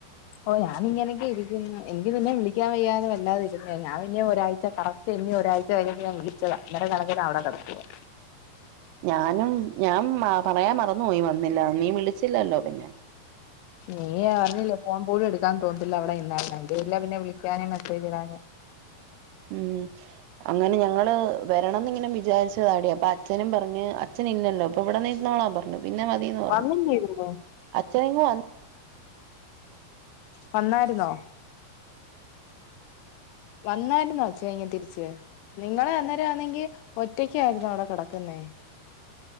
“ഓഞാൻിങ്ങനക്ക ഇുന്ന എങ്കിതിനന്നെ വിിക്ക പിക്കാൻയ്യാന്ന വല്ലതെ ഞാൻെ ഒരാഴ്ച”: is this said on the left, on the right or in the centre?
Left